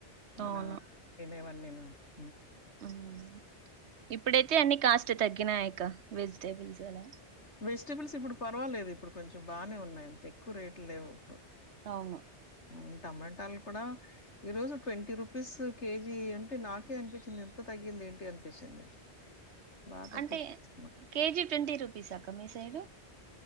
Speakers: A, on the left (about 90°); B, on the right (about 75°).
A: మన
B: అవును
A: తినేవన్నీ ఆ
B: ఉమ్ ఇప్పుడైతే అన్ని కాస్ట్ తగ్గినాయి వెజిటేబుల్స్ అలా
A: వెజిటేబుల్స్ ఇప్పుడు పర్వాలేదు ఇప్పుడు కొంచెం బాగానే ఉన్నాయి అంత ఎక్కువ రేట్లు లేవు ఇప్పుడు
B: అవును
A: హ్మ్. టమాటాలు కూడా ఈ రోజు ట్వంటీ రూపీస్ కేజీ అంటే నాకే అనిపించింది ఇంత తగ్గింది ఏంటి అనిపించింది బా తక్కువకి
B: అంటే
A: తెచ్చుకున్నాం.
B: కేజీ ట్వంటీ రూ పీస్ అక్క మీ సైడు